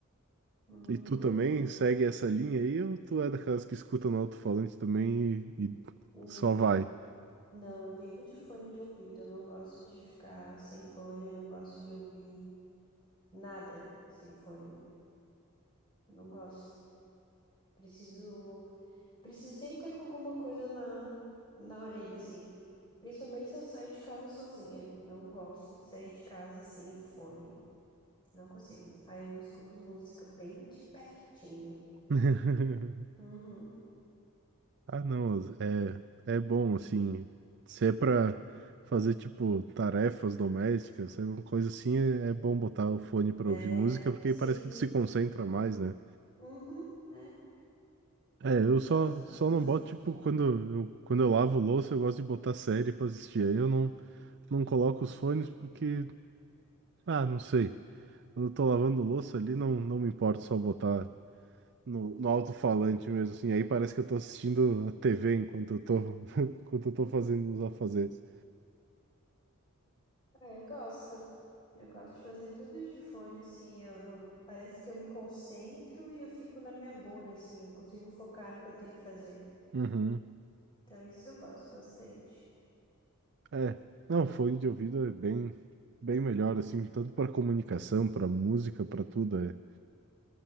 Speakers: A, on the left; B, on the right.
A: Hum,
B: E tu também segue essa linha aí, ou tu é daquelas que escuta no alto-falante também e, e
A: hum.
B: só vai?
A: não, eu vivo de fone de ouvido. Eu não gosto de ficar sem fone. Eu não gosto de ouvir nada sem fone. Não gosto. Preciso, preciso sempre ter com alguma coisa na, na orelha, assim. Principalmente se eu saio de casa sozinha. Não gosto de sair de casa sem fone. Não consigo. Aí eu escuto música bem de pertinho.
B: <laughs>
A: Uhum.
B: Ah, não, é, é bom, assim, se é pra fazer, tipo, tarefas domésticas, se é uma coisa assim, é, é bom botar o fone pra
A: É,
B: ouvir música, porque
A: sim.
B: aí parece que tu se concentra mais, né?
A: Uhum. é.
B: É, eu
A: Eu
B: só,
A: gosto, eu
B: só
A: gosto bastante.
B: não boto, tipo, quando eu, quando eu lavo louça, eu gosto de botar série pra assistir, aí eu não, não coloco os fones porque, ah, não sei, quando eu tô lavando louça ali, não, não me importa só botar no, no alto-falante mesmo, assim, aí parece que eu tô assistindo a TV enquanto eu tô, <laughs> enquanto eu tô fazendo os afazeres.
A: Ah, eu gosto. Eu gosto de fazer tudo de fone, assim, eu, eu- parece que eu me concentro e eu fico na minha bolha, assim, eu consigo focar no que eu tenho que fazer.
B: Uhum.
A: Então, isso eu gosto bastante.
B: É, não, fone de ouvido é bem, bem melhor, assim, tanto para comunicação, para música, para tudo. É,